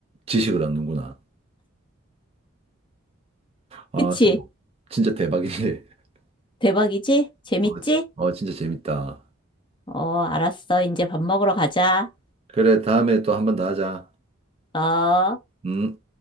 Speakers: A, on the right; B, on the left.
A: 지식을 얻는구나. 아,
B: 그치?
A: 정말 진짜 대박이네. <laughs>
B: 대박이지? 재밌지?
A: 어, 진- 어, 진짜 재밌다.
B: 어, 알았어. 이제 밥 먹으러 가자.
A: 그래, 다음에 또 한 번 더 하자.
B: 어.
A: 음.